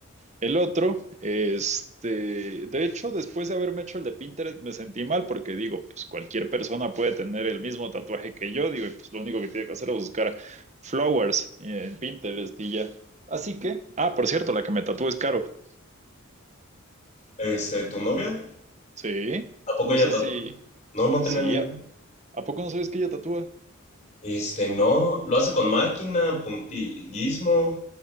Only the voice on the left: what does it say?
este, tu novia,
¿a poco
ella
tatúa?
No, no
tenía ni idea.
Este, no, lo hace con máquina, puntillismo.